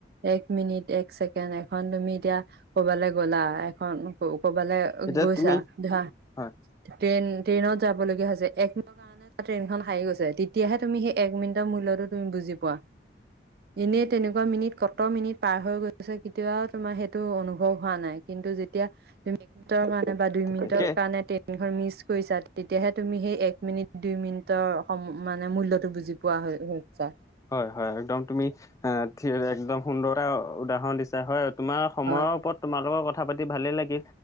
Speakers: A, on the right; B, on the left.
A: এক মিনিট এক ছেকেণ্ড এখন তুমি এতিয়া কৰবালৈ গ'লা এখন ক কবালে
B: এতিয়া
A: গৈছা
B: তুমি
A: ধৰা
B: হয়
A: ট্ৰেইন ট্ৰেইনত যাব লগীয়া হৈছে এক মিনিটৰ কাৰনে মানে ট্ৰেইনখন হাৰি গৈ তেতিয়াহে তুমি সেই এক মিনিটৰ মূল্যটো তুমি বুজি পোৱা। এনেই তেনেকুৱা মিনিট ক'ত মিনিট পাৰ হৈ গৈছে কেতিয়াও তোমাৰ সেইটো অনুভৱ হোৱা নাই কিন্তু যেতিয়া এট মিনিটৰ কাৰণে বা দুই
B: তাকে
A: মিনিটৰ কাৰণে তে- ট্ৰেইনখন মিচ কৰিছা তেতিয়াহে তুমি সেই এক মিনিট, দুই মিনিটৰ সম মানে মূল্যটো বুজি পোৱা হৈ হয়। ছা
B: হয় হয় একদম তুমি এ ঠিক কৈছা একদম সুন্দৰ এটা উদাহৰণ দিছা হয় তোমাৰ সময়ৰ
A: হয়
B: ওপৰত তোমাল লগৰ কথা পাতি ভালে লাগিল